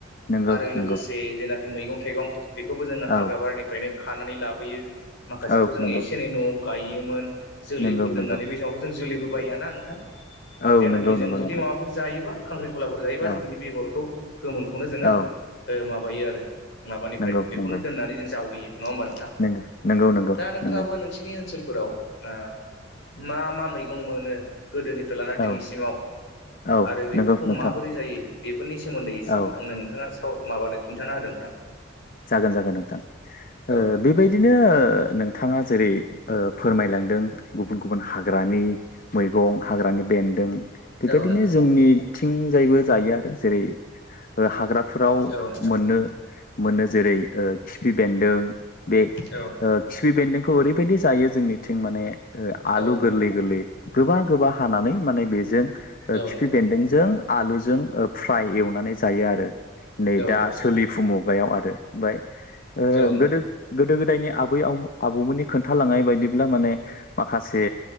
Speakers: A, on the left; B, on the left.
A: नंगौ
B: आरो लोगोसे
A: नंगौ
B: जेनाखि मैगं थाइगं बेखौबो जोङो हाग्रा
A: औ
B: बारिनिफ्रायनो खानानै लाब बोयो माखासेखौ
A: औ
B: जों
A: नंगौ
B: एसे एनै नवाव गायोमोन जोलैफोर
A: नंगौ
B: दोननानै
A: नंगौ
B: बे समावथ जों जुलिबो बायोना नोंथां
A: औ
B: जेनाखि
A: नंगौ नंगौ
B: जों जुदि
A: नोंथां
B: माबाफोर जायोबा खांख्रिखलाफोर जायोबा जों
A: औ
B: बिनि बेगरखौ गोमोनखौनो जोङो
A: औ
B: ओ माबायो आरो माबानिफ्राय
A: नंगौ
B: बेखौनो
A: नंगौ
B: दोननानै जों जावैयो नङा होमबा नोंथां?
A: नंगौ नंगौ नंगौ
B: दा नोंथाङाबो
A: नंगौ
B: नोंसिनि ओनसोलफोराव ओ मा मा मैगं मोनो गोदोनिफ्राय लाना दिनैसिमाव
A: औ औ
B: आरो बेफोरखौ
A: नंगौ नोंथां
B: माबोरै जायो बेफोरनि सोमोन्दै एसे
A: औ
B: आंनो नोंथाङा स' माबानो खिन्थान होदों ओनथां
A: जागोन जागोन नोंथां
B: नोंथां
A: ओ बेबायदिनो नोंथाङा जेरै ओ फोरमायलांदों गुबुन गुबुन हाग्रानि मैगं हाग्रानि बेन्दों बेबायदिनो
B: औ नोंथां
A: जोंनिथिं जायबो जायो आरो जेरै ओ हाग्राफोराव
B: औ नोंथां
A: मोननो मोनो जेरै ओ खिफि बेदों बे ओ
B: औ नोंथां
A: खिफि बेदोंखौ एरैबायदि जायो जोंनिथिं माने ओ आलु
B: औ नोंथां औ नोंथां
A: गोरलै गोरलै गोबा गोबा हानानै माने बेजों ओ
B: औ
A: खिफि
B: नोंथां
A: बेन्दोंजों आलुजों फ्राय एवनानै जायो आरो नै
B: औ
A: दा
B: नोंथां
A: सोलिफु मुगायाव आरो ओमफ्राय ओ
B: औ नोंथां
A: गोदो गोदो गोदायनि आबै आ आबौमोननि खोन्थालांनाय बायदिब्ला माने माखासे